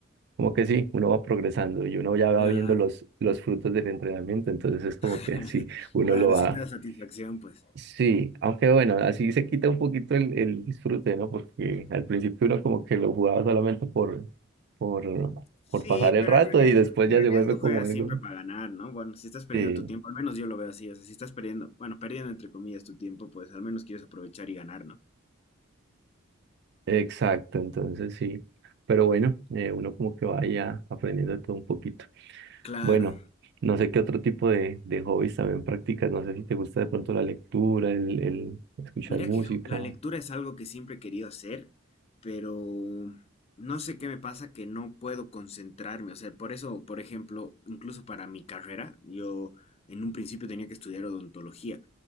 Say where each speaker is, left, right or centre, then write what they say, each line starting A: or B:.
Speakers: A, on the right (about 55°); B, on the left (about 30°).
A: como que sí, uno va progresando y uno ya va
B: Claro,
A: viendo los, los frutos del entrenamiento, entonces es como
B: <laughs>
A: que sí, uno
B: claro,
A: lo va.
B: sí te da satisfacción, pues.
A: Sí, aunque bueno, así se quita un poquito el, el disfrute, ¿no? Porque al principio uno como que lo jugaba solamente por, por,
B: Sí,
A: por pasar el
B: pero
A: rato
B: en realidad,
A: y después
B: en
A: ya
B: realidad
A: se vuelve
B: no juegas
A: como algo.
B: siempre para ganar, ¿no? Bueno, si estás perdiendo
A: Sí,
B: tu tiempo, al menos yo lo veo así, o sea, si estás perdiendo, bueno, perdiendo entre comillas tu tiempo, pues al menos quieres aprovechar y ganar, ¿no?
A: exacto, entonces sí. Pero bueno, eh, uno como que va ya aprendiendo todo un poquito.
B: Claro,
A: Bueno, no sé qué otro tipo de, de hobbies también practicas. No sé si te gusta de pronto la lectura, el, el escuchar
B: Mira
A: música.
B: que ju- la lectura es algo que siempre he querido hacer, pero no sé qué me pasa que no puedo concentrarme. O sea, por eso, por ejemplo, incluso para mi carrera, yo en un principio tenía que estudiar odontología,